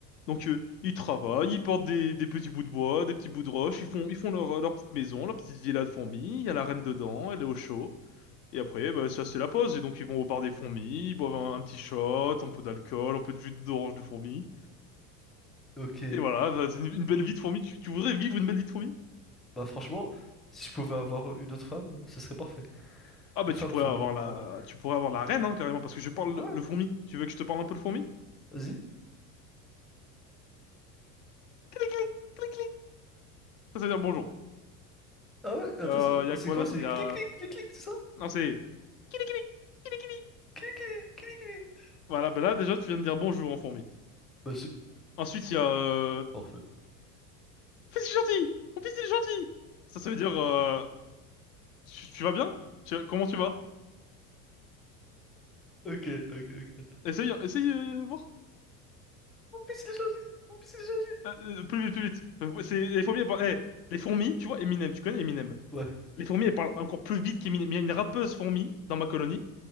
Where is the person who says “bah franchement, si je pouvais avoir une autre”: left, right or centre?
Centre